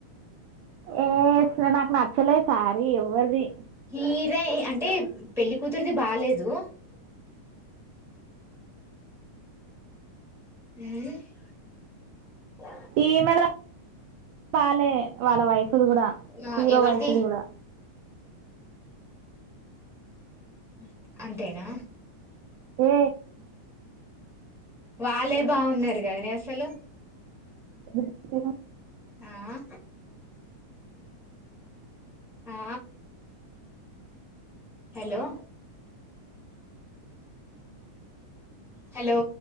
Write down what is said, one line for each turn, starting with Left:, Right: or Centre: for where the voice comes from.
Right: ఏ నాకు నచ్చలేదు సారీ ఎవ్వరిది
Centre: హీరె అంటే పెళ్లికూతురిది బాలేేదు అ
Right: ఈ ఈమెయిల్ <unintelligible> బాలే వాళ్ళ వైఫ్ ది కూడా
Centre: ఆ
Right: హీరో
Centre: ఎవరిది
Right: వైఫ్ ది కూడా
Centre: <unintelligible> అంతేనా
Right: ఏ
Centre: వాళ్ళే బాగున్నారు కద నె అసలు
Right: ఎ <unintelligible>
Centre: ఆ ఆ హలో హలో